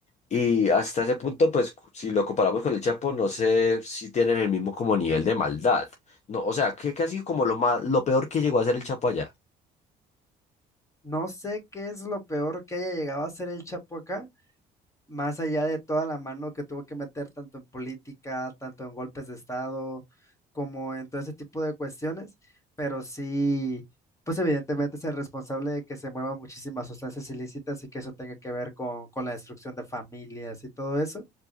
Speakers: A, on the left (about 40°); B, on the left (about 20°).
A: Y hasta ese punto, pues, si lo comparamos con el Chapo, no sé si tienen el mismo como nivel de maldad. No, o sea, que, que ha sido como lo más, lo peor que llegó a ser el Chapo allá.
B: No sé qué es lo peor que haya llegado a hacer el Chapo acá, más allá de toda la mano que tuvo que meter tanto en política, tanto en golpes de Estado, como en todo ese tipo de cuestiones, pero sí, pues evidentemente es el responsable de que se muevan muchísimas sustancias ilícitas y que eso tenga que ver con, con la destrucción de familias y todo eso,